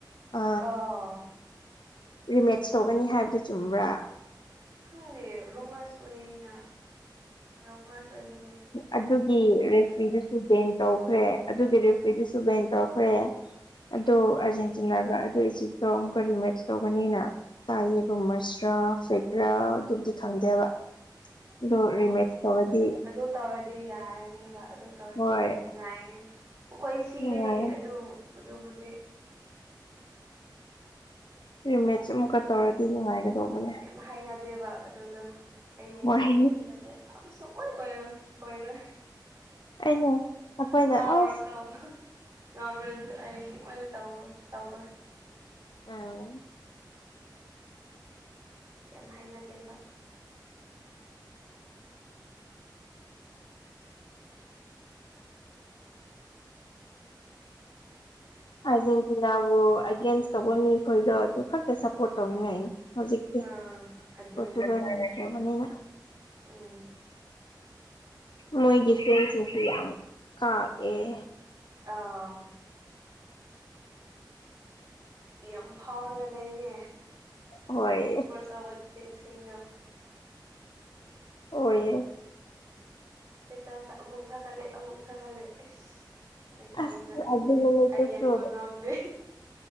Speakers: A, on the left; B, on the right.
A: ꯑ
B: ꯑꯥ
A: ꯔꯤꯃꯦꯠꯁ ꯇꯧꯒꯅꯤ ꯍꯥꯏꯕꯗꯨꯣ ꯆꯨꯝꯕ꯭ꯔꯥ
B: ꯈꯪꯗꯦ ꯔꯨꯃꯔꯁ ꯑꯣꯏꯌꯦꯅ ꯔꯣꯡꯃꯔꯁ ꯑꯣꯏꯒ
A: ꯑꯗꯨꯒꯤ ꯔꯦꯁꯔꯤꯗꯨꯁꯨ ꯕꯦꯟ ꯇꯧꯈ꯭ꯔꯦ ꯑꯗꯨꯒꯤ ꯔꯤꯐ꯭ꯔꯤꯗꯨꯁꯨ ꯕꯦꯟ ꯇꯧꯈ꯭ꯔꯦ ꯑꯗꯨ
B: ꯑꯥ
A: ꯑꯥꯔꯖꯦꯟꯇꯤꯅꯥꯒ ꯑꯗꯨꯏ ꯑꯣ ꯑꯃꯨꯛꯀ ꯔꯤ ꯃꯦꯛꯁ ꯇꯧꯒꯅꯤꯅ ꯇꯥꯏꯌꯦꯕꯃꯁꯔꯥ ꯐꯦꯀꯔꯥ ꯑꯗꯨꯕꯨꯗꯤ ꯈꯪꯗꯦꯕ ꯑꯗꯨꯣ
B: ꯑꯣ
A: ꯔꯤꯃꯦꯦꯛ
B: ꯑꯗꯨꯝ
A: ꯇꯧꯗꯤ
B: ꯇꯧꯕꯅꯦ ꯑꯗꯨ ꯇꯧꯔꯗꯤ ꯌꯥꯔꯅꯦꯕ ꯑꯗꯨ ꯇꯧꯔꯗꯤ
A: ꯍꯣꯏ
B: ꯅꯨꯡꯉꯥꯏꯅꯤ ꯑꯩꯈꯣꯏ ꯁꯤꯒꯅꯤ
A: ꯅꯨꯡꯉꯥꯏꯌꯦ
B: ꯑꯗꯨ ꯑꯗꯨꯕꯨꯗꯤ
A: ꯔꯤꯃꯦꯠꯁ ꯑꯃꯨꯛꯀ
B: ꯑꯩ
A: ꯇꯧꯔꯗꯤ ꯅꯨꯡꯉꯥꯏꯒꯗꯧꯕꯅꯦ
B: ꯌꯥꯝ ꯍꯥꯏꯅꯗꯦꯕ ꯑꯗꯨꯗꯣ ꯑꯩ ꯃꯤꯁꯤ
A: ꯍꯣꯏ
B: ꯐꯦꯟꯁ ꯅꯠꯇꯦ ꯁꯨꯡꯑꯣꯏ ꯑꯣꯏ ꯑꯣꯏꯔꯣꯏ
A: ꯑꯩꯅ ꯑꯩꯈꯣꯏꯅ
B: ꯃꯥ ꯃꯔꯛ
A: ꯑꯁ
B: ꯀ ꯄꯝꯔꯁꯨ ꯑꯩ ꯁꯨꯡꯑꯣꯏ ꯇꯧꯔ ꯇꯧꯔꯣꯏ
A: ꯎꯝ
B: ꯌꯥꯝ ꯍꯥꯏꯅꯗꯦꯕ
A: ꯑꯥꯔꯖꯦꯟꯇꯤꯅꯥꯕꯨ ꯑꯦꯒꯦꯟꯁ ꯇꯧꯕ ꯃꯤꯈꯣꯏꯗꯣ ꯑꯗꯨ ꯈꯛꯇ ꯁꯞꯄꯣꯔꯠ ꯇꯧꯅꯤꯡꯉꯥꯏꯅꯤ ꯍꯧꯖꯤꯛꯇꯤ
B: ꯑꯥ ꯑꯗꯨꯅꯦ
A: ꯀꯥꯡꯒꯅꯈ꯭ꯔꯕꯅꯤꯅ
B: ꯎꯝ
A: ꯃꯣꯏꯒꯤꯄꯤꯦꯟꯁꯤꯡꯁꯨ ꯌꯥꯝ ꯀꯥꯎ ꯑꯦ
B: ꯑꯥ ꯌꯥꯝ ꯐꯥꯎꯔꯒ ꯂꯩꯅꯦ
A: ꯍꯣꯏ
B: ꯁꯨꯄꯔ ꯆꯥꯎꯕ ꯏꯁꯤꯡꯗꯣ
A: ꯑꯣꯏꯣꯏꯌꯦ
B: ꯁꯦꯇ ꯑꯃꯃꯨꯛ ꯊꯒꯦ ꯑꯃꯃꯨꯛ ꯊꯒꯦ ꯑꯦꯁ ꯀꯃꯥꯏꯅ ꯇꯧꯋꯗꯅ
A: ꯑꯁ
B: ꯈꯪꯗꯦ
A: ꯑꯗꯨ ꯅꯨꯃꯤꯠꯇꯨꯁꯨ
B: ꯑꯩ ꯌꯦꯡꯕ ꯉꯝꯗꯦ